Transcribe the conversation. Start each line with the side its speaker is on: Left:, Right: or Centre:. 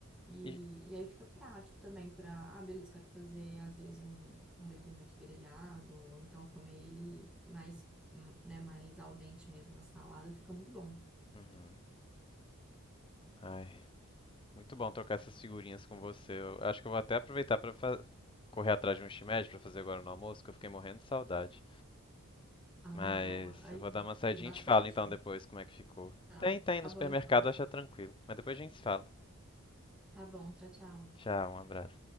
Centre: E,
Left: E.
Centre: e aí fica prático também para, ah, beleza, quero fazer às vezes um, um legume aqui grelhado, ou então comer ele mais, hum, né, mais al dente mesmo na salada, fica muito bom.
Left: Uhum. Ai, muito bom trocar essas figurinhas com você. Eu acho que eu vou até aproveitar pra fa- correr atrás de um shimeji pra fazer agora no almoço, que eu fiquei morrendo de saudade.
Centre: Ai,
Left: Mas
Centre: boa. Aí
Left: eu vou
Centre: tem
Left: dar uma saidinha
Centre: tem bastante?
Left: e te falo então depois como é que ficou.
Centre: Tá.
Left: Tem, tem,
Centre: Tá
Left: no supermercado
Centre: bom então.
Left: acha tranquilo. Mas depois a gente se fala.
Centre: Tá bom, tchau, tchau.
Left: Tchau, um abraço.